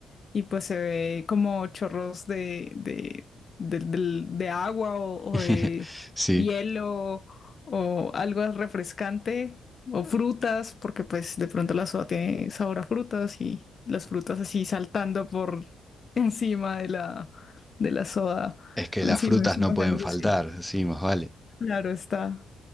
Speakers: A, on the left; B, in the centre.
A: y pues se ve como chorros de, de, del- del- de agua o,
B: <laughs>
A: o de
B: Sí,
A: hielo o algo refrescante o frutas, porque pues de pronto la soda tiene sabor a frutas y las frutas así saltando por <laughs> encima de la, de la soda.
B: es que
A: Encima,
B: las frutas
A: encima
B: no pueden
A: de algo
B: faltar,
A: así.
B: sí, más vale.
A: Claro está.